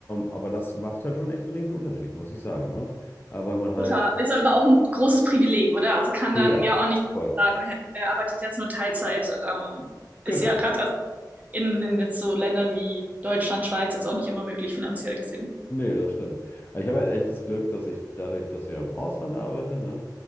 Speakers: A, on the left; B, on the right.
A: aber das macht halt schon echt einen riesen Unterschied, muss ich sagen, ne? Äh, weil man halt,
B: Total. Ist aber auch ein großes Privileg, oder? Also kann
A: ja,
B: dann ja auch nicht
A: voll,
B: sagen, hey, er arbeitet jetzt nur Teilzeit. Ähm,
A: genau.
B: ist ja gerade in, in jetzt so Ländern wie Deutschland, Schweiz jetzt auch nicht immer möglich finanziell gesehen.
A: Nee, das stimmt. Aber ich habe halt echt das Glück, dass ich dadurch, dass ich ja im Ausland arbeite, ne,